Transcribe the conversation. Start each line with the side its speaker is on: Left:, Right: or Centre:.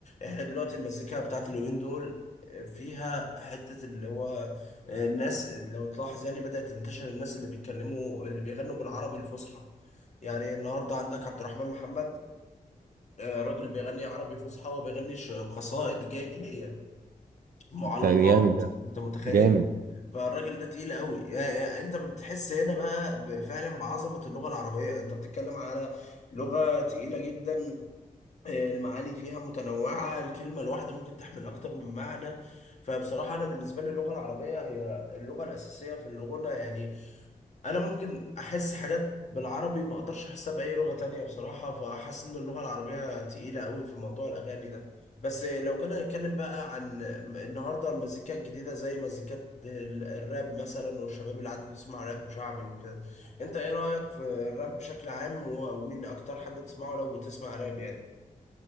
Left: احنا دلوقتي المزيكا بتاعت اليومين دول آه، فيها حته اللي هو آه، الناس لو تلاحظ يعني بدات تنتشر الناس اللي بيتكلموا اللي بيغنوا بالعربي الفصحى يعني النهارده عندك عبد الرحمن محمد آه، راجل بيغني عربي فصحى وبيغني ش- قصائد جاهلية معلقات
Right: أنت جامد ده
Left: انت متخيل
Right: جامد
Left: فالراجل ده تقيل قوي يعني انت بتحس هنا بقى ب- فعلا بعظمة اللغة العربية انت بتتكلم على لغة تقيلة جدا آه، المعاني فيها متنوعة الكلمة الواحدة ممكن تحمل أكتر من معنى فبصراحة أنا بالنسبة لي اللغة العربية هي اللغة الأساسية في اللغة يعني انا ممكن احس حاجات بالعربي ما اقدرش احسها باي لغة تانية بصراحة فحاسس ان اللغة العربية تقيلة قوي في موضوع الاغاني ده بس لو جينا نتكلم بقى عن النهاردة المزيكا الجديدة زي مزيكات ال- الراب مثلا والشباب اللي عاد بيسمع راب وشعبي وكده انت ايه رأيك في الراب بشكل عام و- ومين اكتر حد بتسمعه لو بتسمع راب يعني